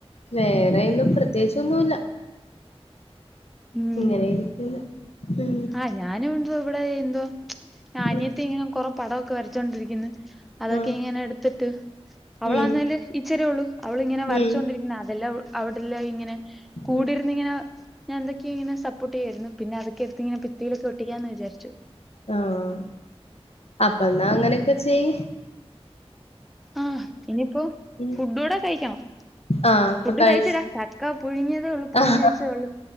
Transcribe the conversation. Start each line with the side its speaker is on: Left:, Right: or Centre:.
Left: വേറെയിന്നു പ്രത്യേകിച്ചൊന്നുല്ല
Centre: ഉം
Left: ഇങ്ങനെ ഇരിക്കുന്നു മ്
Centre: ആഹ് ഞാനും വണ്ടോ ഇവിടെ എന്തോ ഞ അനിയത്തി
Left: ഉം
Centre: ഇങ്ങനെ കൊറേ പടോക്കെ വരച്ചോണ്ടിരിക്കുന്നു അതൊക്കെ
Left: ആഹ്
Centre: ഇങ്ങനെ എടുത്തിട്ട് അവളാന്നേല്
Left: ഉം
Centre: ഇച്ചിരിയേ ഉള്ളു അവളിങ്ങനെ വരച്ചുകൊണ്ടിരിക്കുന്ന
Left: ഉം
Centre: അതെല്ലാം അവിടെല്ലാം ഇങ്ങനെ കൂടിരുന്നിങ്ങനെ
Left: ഉം
Centre: ഞാ എന്തൊക്ക ഇങ്ങനെ സപ്പോട്ട് ചെയ്യായിരുന്നു പിന്ന അതൊക്കെടുത്ത് ഇങ്ങനെ ഭിത്തിയിലൊക്കെട്ടിക്കാന്ന് വിചാരിച്ചു
Left: ആഹ് അപ്പ എന്നാ അങ്ങനെയൊക്കെ ചെയ്
Centre: ആഹ് ഇനിയിപ്പോ
Left: ഉം
Centre: ഫുടൂടെ കഴിക്കണം
Left: ആഹ് ഇപ്പൊ
Centre: ഫുഡ്
Left: കഴിച്ച്
Centre: കഴിച്ചരാ ചക്ക പുഴുങ്ങിയതേ ഉള്ള് പുഴുങ്ങി
Left: ആഹ്
Centre: വെച്ചതേ ഉള്ള്